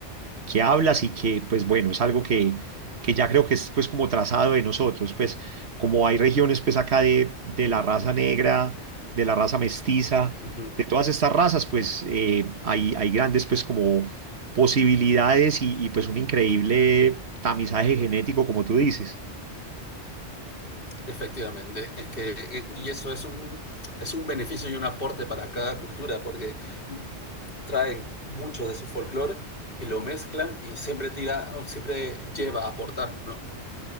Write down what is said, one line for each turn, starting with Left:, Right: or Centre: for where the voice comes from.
Right: que hablas y que, pues bueno, es algo que, que ya creo que es pues como trazado de nosotros, pues como hay regiones pues acá de, de la raza negra, de la raza mestiza,
Left: Uh -huh.
Right: de todas estas razas, pues eh, hay, hay grandes pues como posibilidades y, y, pues un increíble tamizaje genético, como tú dices.
Left: Efectivamente, es que, eh, y eso es un, es un beneficio y un aporte para cada cultura, porque traen mucho de su folclore y lo mezclan y siempre tira, siempre lleva a aportar, ¿no?